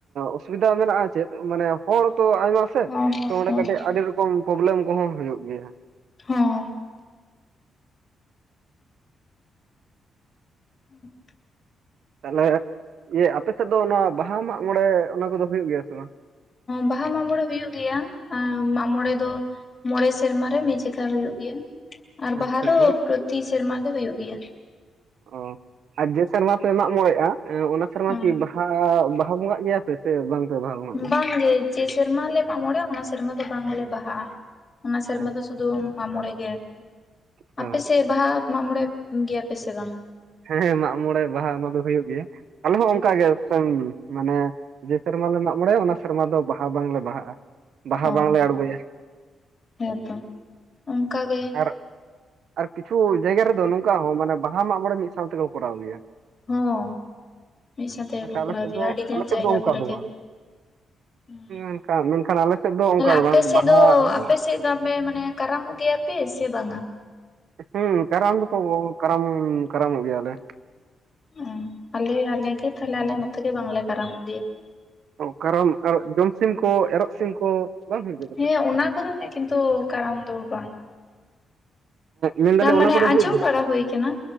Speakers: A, on the right (about 70°); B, on the left (about 30°).
A: ᱚᱥᱩᱵᱤᱫᱷᱟ ᱢᱮᱱᱟᱜ-ᱟ ᱪᱮᱫ ᱢᱟᱱᱮ ᱦᱚᱲ ᱛᱚ ᱟᱭᱢᱟ ᱥᱮ
B: ᱦᱚᱸ ᱦᱚᱸ
A: ᱛᱚ ᱚᱸᱰᱮ
B: ᱦᱳᱭ
A: ᱠᱟᱹᱴᱤᱡ ᱟᱹᱰᱤ ᱨᱚᱠᱚᱢ ᱯᱨᱚᱵᱽᱞᱮᱢ ᱠᱚᱦᱚᱸ ᱦᱩᱭᱩᱜ ᱜᱮᱭᱟ ᱾
B: ᱦᱚᱸ ᱾ <unintelligible>
A: ᱛᱟᱦᱚᱞᱮ ᱤᱭᱟᱹ ᱟᱯᱮ ᱥᱮᱫ ᱫᱚ ᱱᱚᱣᱟ ᱵᱟᱦᱟ ᱢᱟᱜ ᱢᱚᱬᱮ ᱚᱱᱟ ᱠᱚᱫᱚ ᱦᱩᱭᱩᱜ ᱜᱮᱭᱟ ᱥᱮ ᱵᱟᱝ?
B: ᱵᱟᱦᱟ ᱢᱟᱜ ᱢᱚᱬᱮ ᱦᱩᱭᱩᱜ ᱜᱮᱭᱟ ᱢᱟᱜ ᱢᱚᱬᱮ ᱫᱚ ᱢᱚᱬᱮ ᱥᱮᱨᱢᱟ ᱨᱮ ᱢᱤᱫ ᱡᱮᱠᱷᱟ ᱦᱩᱭᱩᱜ ᱜᱮᱭᱟ, ᱟᱨ
A: ᱟᱪᱪᱷᱟ
B: ᱵᱟᱦᱟ ᱫᱚ
A: ᱢᱚᱬᱮ
B: ᱯᱨᱚᱛᱤ ᱥᱮᱨᱢᱟ ᱜᱮ ᱦᱩᱭᱩᱜ ᱜᱮᱭᱟ᱾
A: ᱚ ᱟᱨ ᱡᱮ ᱥᱮᱨᱢᱟ ᱯᱮ ᱢᱟᱜ ᱢᱚᱬᱮᱜ-ᱟ ᱚᱱᱟ ᱥᱮᱨᱢᱟ
B: ᱦᱮᱸ
A: ᱠᱤ ᱵᱟᱦᱟ ᱵᱟᱦᱟ ᱵᱚᱸᱜᱟᱜ ᱜᱮᱭᱟ᱾ ᱯᱮ ᱥᱮ ᱵᱟᱝᱯᱮ ᱵᱟᱦᱟ ᱵᱚᱸᱜᱟᱜ ᱜᱮᱭᱟ?
B: ᱵᱟᱝᱜᱮ ᱡᱮ ᱥᱮᱨᱢᱟ ᱞᱮ ᱢᱟᱜ ᱢᱚᱬᱮᱜ-ᱟ ᱚᱱᱟ ᱥᱮᱨᱢᱟ ᱫᱚ ᱵᱟᱝᱞᱮ ᱵᱟᱦᱟᱜ-ᱟ᱾ ᱚᱱᱟ ᱥᱮᱨᱢᱟ
A: ᱟᱪᱪᱷᱟ
B: ᱫᱚ ᱥᱩᱫᱷᱩ ᱢᱟᱜ ᱢᱚᱬᱮ ᱜᱮ ᱟᱨᱠᱤ,
A: ᱦᱳᱭ
B: ᱟᱯᱮ ᱥᱮᱫ ᱵᱟᱦᱟ ᱢᱟᱜ ᱢᱚᱬᱮᱜ ᱜᱮᱭᱟ ᱯᱮ ᱥᱮ ᱵᱟᱝ?
A: ᱦᱮᱸ ᱢᱟᱜ ᱢᱚᱬᱮ ᱵᱟᱦᱟ ᱫᱚ ᱦᱩᱭᱩᱜ ᱜᱮᱭᱟ ᱟᱞᱮ ᱦᱚᱸ ᱚᱱᱠᱟ ᱜᱮ ᱥᱮ ᱢᱟᱱᱮ ᱡᱮ ᱥᱮᱨᱢᱟ ᱞᱮ ᱢᱟᱜ ᱢᱚᱬᱮᱜ-ᱟ ᱚᱱᱟ ᱥᱮᱨᱢᱟ ᱫᱚ ᱵᱟᱦᱟ ᱵᱟᱝᱞᱮ ᱵᱟᱦᱟᱜ-ᱟ᱾ ᱵᱟᱦᱟ
B: ᱚ
A: ᱵᱟᱝᱞᱮ ᱟᱬᱜᱚᱭᱟ,
B: ᱦᱮᱸ ᱛᱚ ᱚᱱᱠᱟ ᱜᱮ
A: ᱟᱨ ᱟᱨ ᱠᱤᱪᱷᱩ ᱡᱟᱭᱜᱟ ᱨᱮᱫᱚ ᱱᱩᱝᱠᱟ ᱦᱚᱸ ᱢᱟᱱᱮ ᱵᱟᱦᱟ ᱢᱟᱜ ᱢᱚᱬᱮ ᱢᱤᱫ ᱥᱟᱶ ᱛᱮᱠᱚ ᱠᱚᱨᱟᱣ ᱜᱮᱭᱟ᱾
B: ᱦᱚᱸ ᱢᱤᱫ ᱥᱟᱶᱛᱮ ᱜᱮ
A: ᱢᱮᱱᱠᱷᱟᱱ
B: ᱠᱚ ᱠᱚᱨᱟᱣ
A: ᱟᱞᱮ ᱥᱮᱫ
B: ᱜᱮᱭᱟ
A: ᱫᱚ
B: ᱟᱹᱰᱤᱜᱟᱱ
A: ᱟᱞᱮ
B: ᱡᱟᱭᱜᱟ
A: ᱥᱮᱫ ᱫᱚ ᱚᱱᱠᱟ
B: ᱠᱚᱨᱮ
A: ᱫᱚ
B: ᱜᱮ᱾
A: ᱵᱟᱝ
B: ᱦᱩᱸ
A: ᱢᱮᱱᱠᱷᱟᱱ ᱢᱮᱱᱠᱷᱟᱱ ᱟᱞᱮ ᱥᱮᱫ ᱫᱚ
B: ᱛᱟᱦᱞᱮ
A: ᱚᱱᱠᱟ ᱫᱚ
B: ᱟᱯᱮ
A: ᱵᱟᱝ
B: ᱥᱮᱫ
A: ᱵᱟᱦᱟ
B: ᱫᱚ
A: ᱟᱞᱮ
B: ᱟᱯᱮ ᱥᱮᱫ ᱫᱚ ᱟᱯᱮ ᱢᱟᱱᱮ ᱠᱟᱨᱟᱢᱚᱜ ᱜᱮᱭᱟ ᱯᱮ ᱥᱮ ᱵᱟᱝᱟ?
A: ᱦᱩᱸ ᱠᱟᱨᱟᱢ ᱫᱚ ᱠᱚ ᱠᱟᱨᱟᱢ ᱠᱟᱨᱟᱢᱚᱜ ᱜᱮᱭᱟᱞᱮ᱾
B: ᱚᱸ ᱟᱞᱮ ᱟᱞᱮ ᱜᱮ ᱛᱟᱦᱞᱮ ᱟᱞᱮ ᱱᱚᱛᱮ ᱜᱮ ᱵᱟᱝ ᱞᱮ ᱠᱟᱨᱟᱢᱚᱜ ᱜᱮᱭᱟ᱾
A: ᱚ ᱠᱟᱨᱟᱢ ᱟᱨ ᱡᱚᱢᱥᱤᱢ ᱠᱚ ᱮᱨᱚᱜ ᱥᱤᱢ ᱠᱚ ᱵᱟᱝ ᱦᱩᱭᱩᱜ ᱜᱮᱭᱟ
B: ᱦᱮᱸ
A: ᱛᱟᱯᱮ
B: ᱚᱱᱟ ᱠᱚᱫᱚ ᱦᱮᱸ ᱠᱤᱱᱛᱩ ᱠᱟᱨᱟᱢ ᱫᱚ ᱵᱟᱝᱟ᱾
A: ᱢᱮᱱᱫᱟᱞᱤᱧ
B: ᱠᱟᱨᱟᱢ
A: ᱚᱱᱟ
B: ᱢᱟᱱᱮ
A: ᱠᱚᱫᱚ
B: ᱟᱸᱡᱚᱢ
A: ᱦᱩᱭᱩᱜ ᱜᱮᱭᱟ
B: ᱵᱟᱲᱟ
A: ᱥᱮ
B: ᱦᱳᱭ ᱠᱟᱱᱟ